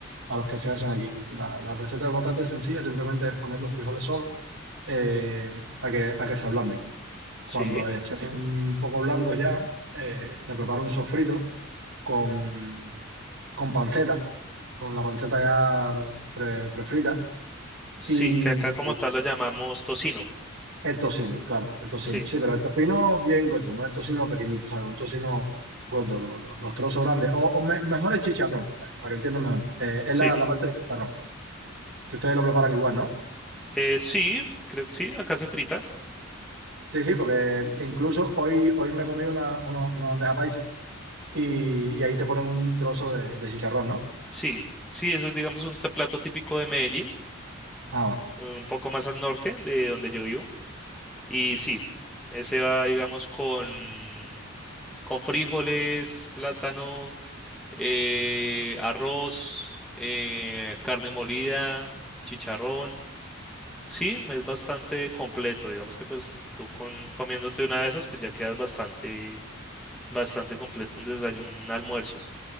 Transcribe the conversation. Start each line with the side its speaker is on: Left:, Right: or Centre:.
Right: a los que se hacen aquí. La, la receta es bastante sencilla, simplemente es poner los frijoles solos eh, a que, a que se ablanden. Cuando
Centre: Sí,
Right: estén un poco blandos ya, eh, se prepara un sofrito con, con panceta. con la panceta ya mm, pre- prefrita.
Centre: sí,
Right: Y
Centre: que acá como tal lo llamamos tocino.
Right: el tocino, claro, el tocino.
Centre: Sí,
Right: Sí, pero el tocino bien gordo, no el tocino pequeñito, ¿sabes? Un tocino gordo, lo- lo- los trozos grandes. O, o me- mejor el chicharrón, pa- para que entiendan mejor. Eh, es
Centre: sí.
Right: la, la parte del chicharrón, que ustedes lo preparan igual, ¿no?
Centre: Eh, sí, creo que sí, acá se frita.
Right: Sí, sí, porque incluso hoy, hoy me comí una, una, una bandeja paisa y, y ahí te ponen un trozo de, de chicharrón, ¿no?
Centre: Sí, sí, eso es, digamos, un t- plato típico de Medellín,
Right: Ah, vale.
Centre: un poco más al norte de donde yo vivo. Y sí, ese va, digamos, con, con frijoles, plátano, eh, arroz, eh, carne molida, chicharrón. Sí, es bastante completo. Digamos que pues tú con, comiéndote una de esas, pues ya quedas bastante, bastante completo un desayuno, un almuerzo.